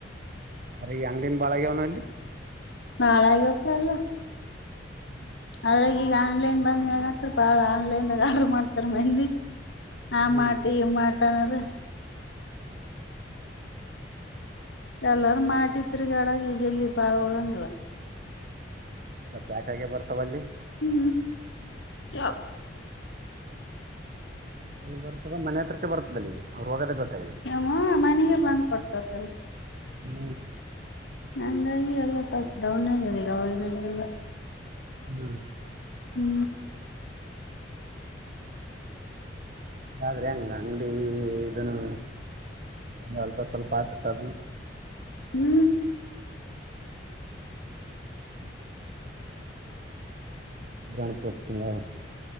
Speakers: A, on the right; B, on the left.
A: ಅದ್ರ ಈ ಅಂಗಡಿನ ಬಾಳಗ್ಯವನ ಅಲ್ಲಿ
B: ಹಾಳು ಅಗೆತಿ ಎಲ್ಲ
A: ಹೂ
B: ಅದ್ರಾಗ ಈಗ ಆನ್ಲೈನ್ ಬಂದ ಮ್ಯಾಗತ್ತ್ರ ಬಾಳ ಆನ್ಲೈನ್ಾಗ ಆರ್ಡರ್ ಮಾಡ್ತಾರ ಮಂದಿ ಆ
A: ಹಾ
B: ಮಾಟ ಈ ಮಾಟ ಅನ್ನೋದ
A: ಹೂ
B: ಎಲ್ಲಾರ ಮಾಡಿತ್ರಿಗ ಅಡಗ ಈಗೆ ಎಲ್ಲಿ ಬಾಳ ಹೋಗಂಗಿಲ್ಲ
A: ಹ ಎಲ್ಲ ಪ್ಯಾಕ್ ಆಗೆ ಬರ್ತಾವಲ್ಲಿ
B: ಹೂ ಯ
A: ಬರ್ತದ ಮನೆ ಹತ್ರಕ್ಕೆ ಬರ್ದಲಿ ಅವ್ರು ಹೋಗದೇ ಬೇಕಾಗಿಲ್ಲ
B: ಮ್ಮ ಮನೆಗೆ ಬಂದ್ ಕೊಟ್ಟತ್ತಲ್ಲ
A: ಹೂ
B: ನಂಗಾಗಿ ಎಲ್ಲ ಸ್ವಲ್ಪ ಡೌನ್ ಆಗಿದೆ ಈಗ ಅವಗಿ ನಂಗಿಲ್ಲ
A: ಹೂ
B: ಹೂ
A: ದ್ರೆ ಹಂಗ ಅಂಗಡಿ ಇದನು ಅಲ್ಪ ಸ್ವಲ್ಪ ಆತತ್ ಅದನ್ನು
B: ಹೂ
A: ಗಣಪತಿಂಗ